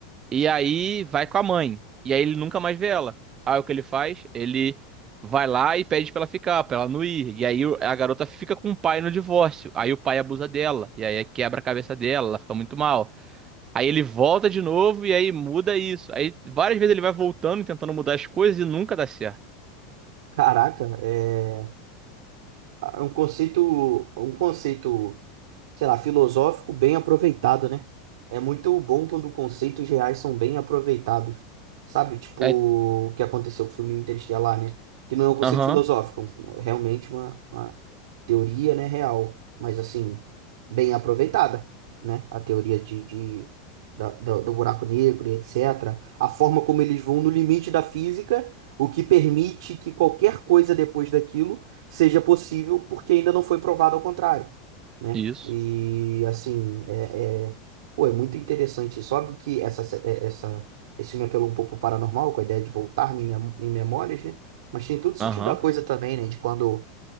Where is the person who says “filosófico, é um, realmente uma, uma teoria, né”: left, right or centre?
Right